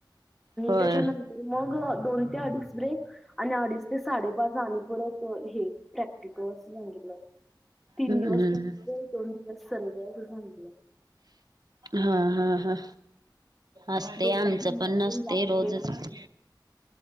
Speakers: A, on the right; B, in the centre.
A: होय
B: त्याच्यांतर म दोन ते अडीच ब्रेक अडीच ते साडेपाच आले परत हे प्रॅक्टिकल असं सांगितलं तीन
A: हम्म
B: दिवस दोन दिवस सर्वे असं सांगितलं
A: हा हा हा असते
B: दोन
A: आमचं
B: तास म्हणतात
A: पण नसते
B: जास्त
A: रोजच
B: वेळ जातो